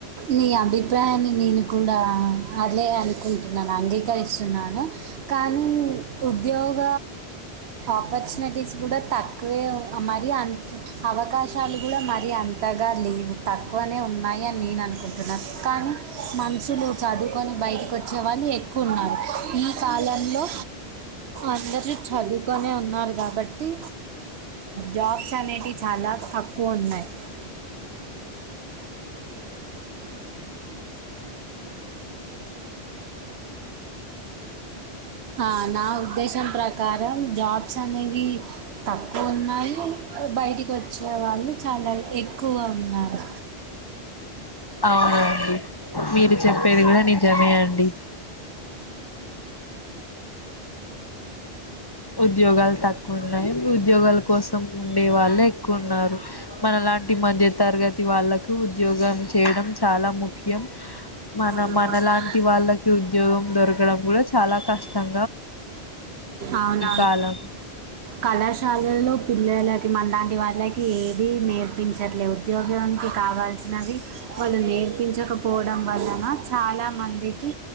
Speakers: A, on the right (about 75°); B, on the left (about 25°).
A: నీ అభిప్రాయాన్ని నేను కూడా అలే అనుకుంటు నన్ను అంగీకరిస్తున్నాను కానీ ఉద్యోగ ఆపర్చునిటీస్ కూడా తక్కువే మరి అంత అవకాశాలు కూడా మరి అంత <unintelligible> తక్కువనే ఉన్నాయిని నేను అనుకుంటున్నా కానీ మనుసులు చదువుకొని బయటకి వచ్చి వాళ్ళు ఎక్కువ ఉన్నారు ఈ కాలంలో అందరూ చదువుకొనే ఉన్నారు కాబట్టి జాబ్స్ అనేవి చాలా తక్కువ ఉన్నాయి ఆ నా ఉద్దేశం ప్రకారం జాబ్స్ అనేవి తక్కువ ఉన్నాయి బయటికి వచ్చే వాళ్ళు చాలా ఎక్కువ ఉన్నారు
B: అవునండి మీరు చెప్పేది కూడా నిజమే అండి ఉద్యోగాలు తక్కువ ఉన్నాయి ఉద్యోగాల కోసం ఉండే వాళ్ళు ఎక్కువ ఉన్నారు మనలాంటి మధ్య తరగతి వాళ్ళలకు ఉద్యోగం చేయడం చాలా ముఖ్యం మన
A: ఉమ్.
B: మనలాంటి వాళ్ళకి ఉద్యోగం దొరకడం కూడా చాలా కష్టం
A: అవున
B: కాలం
A: కళాశాలలో పిల్లలకి మనలాంటి వాళ్ళకి ఏది నేర్పించట్లేదు ఉద్యోగం కావాల్సినవి వాళ్ళు నేర్పించకపోవడం వలన చాలా మందికి